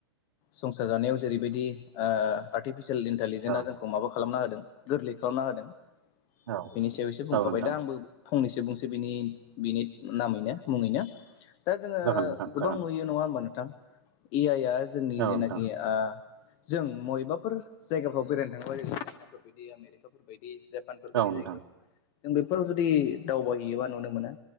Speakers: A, on the left; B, on the right.
A: संसार जानायाव जेरैबायदि ओ अफसिय इन्टेजेनआ
B: औ
A: जोंखो खालामना होदों गोरलै खालामना होदों
B: औ
A: बेनि सायाव एसे बुंखाबाय
B: औ नोंथां
A: दा आंबो फंनैसो बुंसै बिनि बिनि नामैनो मुङैनो दा जोङो
B: जागोन नोंथां
A: गोबां
B: जागोन
A: नुयो नङा होमबा नोंथां ए आइ आ जोंनि
B: औ
A: जेनाखि
B: नोंथां
A: जों मयबाफोर जायगाफोराव बेरायनो थांङोबा ज चाइनाफोर बायदि आमेरिकाफोर बायदि दि जापानफोर बायदि
B: औ नोंथां
A: जायगायाव जों बेफोराव जुदि दावबायहैयोबा नुनो मोना